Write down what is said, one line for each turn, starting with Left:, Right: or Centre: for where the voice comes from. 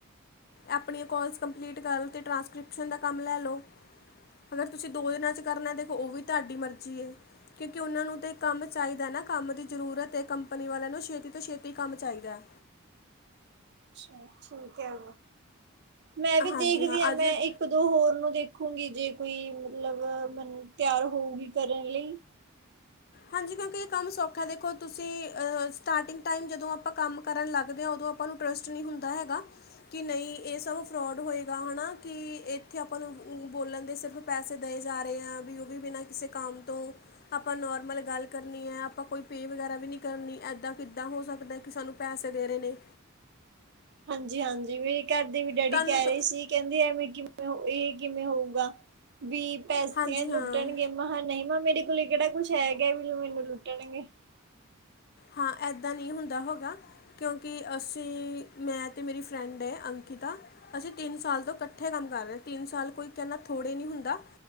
Left: ਆਪਣੀਆਂ ਕੋਲਸ ਕੰਪਲੀਟ ਕਰੋ ਤੇ ਟਰਾਂਸਕ੍ਰਿਪਸ਼ਨ ਦਾ ਕੰਮ ਲੈ ਲਓ। ਅਗਰ ਤੁਸੀਂ ਦੋ ਦਿਨਾਂ ਚ ਕਰਨੈ, ਦੇਖੋ ਓ ਵੀ ਤਾਡੀ ਮਰਜੀ ਏ। ਕਿਓਕਿ, ਓੱਨਾਂ ਨੂੰ ਤੇ ਕਾੰਮ ਚਾਈਦੈ ਨਾ, ਕਾੰਮ ਦੀ ਜਰੂਰਤ ਏ ਕੰਪਨੀ ਵਾਲੇਆਂ ਨੂੰ, ਛੇਤੀ ਤੋਂ ਛੇਤੀ ਕੰਮ ਚਾਈਦੈ।
Right: ਅੱਛਾ ਠੀਕ ਹੈ, ਮੈਂ ਵੀ
Left: ਹਾਂਜੀ
Right: ਦੇਖਦੀ
Left: ਹਾਂ
Right: ਆਂ
Left: ਅੱਜ
Right: ਮੈਂ ਇੱਕ ਦੋਂ ਹੋਰ ਨੂੰ ਦੇਖੂਂਗੀ, ਜੇ ਕੋਈ ਮਤਲਬ ਮਨੂੰ ਤੇਆਰ ਹੋਊਗੀ ਕਰਨ ਲਈ।
Left: ਹਾਂਜੀ, ਕਿਓੱਕਿ ਏ ਕੰਮ ਸੌਖਾ ਹੈ, ਦੇਖੋ ਤੁਸੀਂ ਸਟਾਰਟਿੰਗ ਟਾਈਮ ਜਦੋਂ ਅਪਾਂ ਕਾੰਮ ਕਰਨ ਲੱਗਦੇ ਆ ਓਦੋਂ ਅਪਾਂ ਨੂੰ ਟ੍ਰਸਟ ਨੀ ਹੁੰਦਾ ਹੈਗਾ ਕਿ, ਨਈ ਏ ਸਭ ਫਰੋਡ ਹੋਏਗਾ ਹਣਾ, ਕਿ ਏੱਥੇ ਅਪਾਂ ਨੂੰ ਬੋਲਣ ਦੇ ਸਿਰਫ ਪੈਸੇ ਦਏ ਜਾ ਰੇ ਏਂ, ਵੀ ਓਵੀ ਬਿਨਾਂ ਕਿਸੇ ਕਾੰਮ ਤੋਂ, ਆਪਾਂ ਨੋਰ ਮਲਬ ਗਾੱਲ ਕਰਨੀ ਏ, ਅਪਾਂ ਕੋਈ ਪੇ ਵਗੈਰਾ ਵੀ ਨੀ ਕਰਨੀ, ਏਦਾਂ ਕਿੱਦਾਂ ਹੋ ਸਕਦਾ ਕਿ, ਸਾਨੂੰ ਪੈਸੇ ਦੇ ਰੇ ਨੇ।
Right: ਹਾਂਜੀ, ਹਾਂਜੀ ਮੇਰੇ ਘਰ ਦੇ ਵੀ ਡੈਡੀ
Left: ਤੁਹਾਨੂੰ
Right: ਕੈ
Left: ਤਾਂ-
Right: ਰੇ ਸੀ ਕੈੰਦੇ ਐਵੇ ਕਿਵੇਂ, ਏ ਕਿਵੇਂ ਹੋਊਗਾ ਵੀ ਪੈਸੇ
Left: ਹਾਂਜੀ
Right: ਐ ਲੁੱਟਣਗੇ
Left: ਹਾਂ
Right: ਮਹਾਂ ਨੀ, ਮਹਾਂ ਮੇਰੇ ਕੋਲ ਕੇੜਾ ਕੁਛ ਹੈਗਾ ਵੀ ਮੈਨੂੰ ਲੁੱਟਣਗੇ।
Left: ਹਾਂ, ਏਦਾਂ ਨੀ ਹੁੰਦਾ ਹੋਗਾ। ਕਿਓੱਕਿ ਅਸੀਂ, ਮੈਂ ਤੇ ਮੇਰੀ ਫਰੈਂਡ ਏ ਅੰਕਿਤਾ ਅਸੀਂ ਤਿੰਨ ਸਾਲ ਤੋਂ ਕੱਠੇ ਕੰਮ ਕਰ ਰੇਆਂ, ਤਿੰਨ ਸਾਲ ਕੋਈ ਕੇੰਨਾ ਥੋੜੇ ਨੀ ਹੁੰਦਾ।